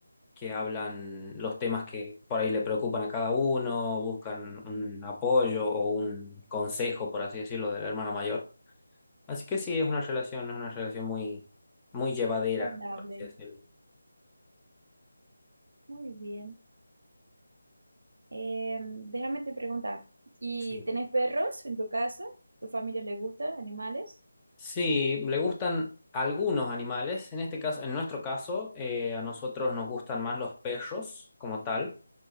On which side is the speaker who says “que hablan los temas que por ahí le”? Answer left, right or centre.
Left